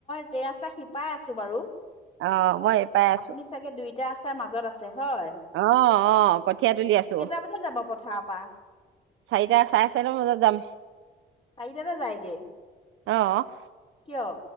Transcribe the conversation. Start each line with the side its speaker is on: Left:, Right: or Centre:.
Left: এই, ৰাস্তা সিপাৰে আছো বাৰু
Right: অঁ মই এইপাৰে আছো।
Left: আপুনি চাগে দুইটা ৰাস্তাৰ মাজত আছে হয়।
Right: অঁ অঁ কঠীয়া তুলি আছো।
Left: কেইটা বজাত যাব পথাৰৰ পৰা
Right: চাৰিটা চাৰে চাৰিটা মান বজাত যাম।
Left: চাৰিটাতে যায়গে
Right: অ
Left: কিয়?